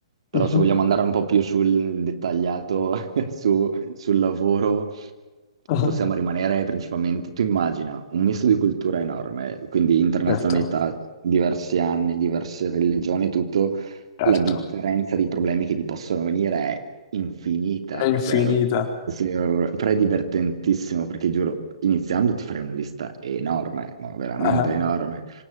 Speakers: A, on the right; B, on the left.
A: Però
B: Mhm,
A: se vogliamo andare un po' più sul dettagliato <laughs> su- sul lavoro,
B: mhm.
A: possiamo rimanere principalmente, tu immagina, un misto di cultura enorme, quindi internazionalità,
B: Certo,
A: diversi anni, diverse religioni, tutto
B: certo.
A: la differenza di problemi che ti possono venire è infinita.
B: È infinita.
A: Cioè, se- però è divertentissimo perché giuro, iniziando ti farei una lista enorme, ma veramente
B: Ah,
A: enorme.